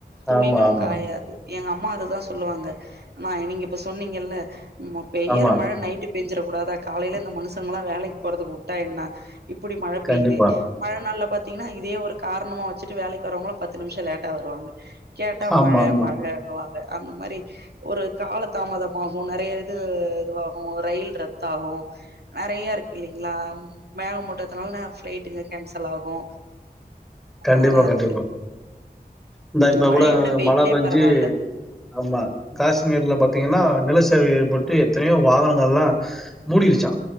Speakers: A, on the right (about 85°); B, in the centre.
A: துணிங்களு
B: ஆமா, ஆமா,
A: காயாது எங்க அம்மா அதுதா சொல்லுவாங்க அண்ணா நீங்க இப்ப சொன்னீங்கல்ல பெய்யற
B: ஆமா.
A: மழ நைட்டு பெஞ்சிர கூடாதா காலையில இந்த மனுஷங்லா வேலைக்கு போறதுக்கு உட்டா என்ன இப்புடி மழ பெய்யுதே
B: கண்டிப்பா.
A: மழ நாள்ல பாத்தீங்னா இதே ஒரு காரணமா வச்சுட்டு வேலைக் வரவுங்லா பத்து நிம்ஷோ லேட்டா வருவாங்க கேட்டா
B: ஆமா,
A: மழ
B: ஆமா.
A: மழண்ணுவாங்க அந்த மாரி ஒரு கால தாமதமாகு நெறைய இது இதுவாகு ரயில் ரத் ஆகு நறைய இருக்கு இல்லைங்ளா மேக மூட்டதுனால ஃபிளைட்டு இங்க கேன்சல் ஆகு
B: கண்டிப்பா
A: அதெல்லா
B: கண்டிப்பா
A: இருக்கு
B: இந்த இப்ப
A: மழைய
B: கூட
A: விட வெயிலே
B: மழ பெஞ்சி
A: பரவால்ல
B: ஆமா காஷ்மீர்ல பாத்தீங்கன்னா நிலச்சரிவு ஏற்பட்டு எத்தனையோ வாகனங்கல்லா மூடிடுச்சா